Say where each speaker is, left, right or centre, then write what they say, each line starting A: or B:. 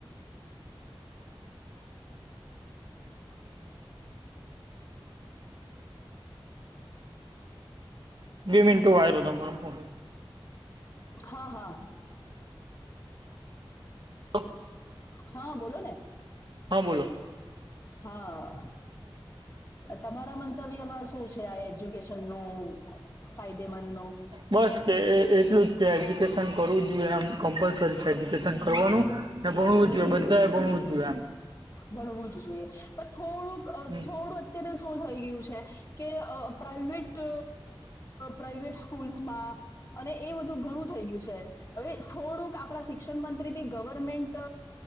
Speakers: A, on the right; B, on the left.
A: બે મિનટ <unintelligible> તમારો ફોન
B: હા હા
A: <inaudible>
B: હા બોલો ને.
A: હા બોલો
B: હા તમારા મંતવ્યમાં શું છે. આ એજ્યુકેશન નું ફાયદેમંદ નું
A: બસ કે એ એટલું જ કે એજ્યુકેશન કરવું જોઈએ. એમ કમ્પલસરી છે એજ્યુકેશન કરવાનું ને ભણવું
B: હમ
A: જોએ. બધાએ ભણવું જોઈએ એમ.
B: ભણવું જ જોઈએ પણ થોડુંક
A: હમ
B: થોડુંક અત્યારે શું થઈ ગયું છે કે પ્રાઈવેટ પ્રાઈવેટ સ્કૂલ્માં અને એ બધું ઘણું થઈ ગયું છે. હવે થોડુંક આપણા શિક્ષણ મંત્રી બી ગવર્મેન્ટ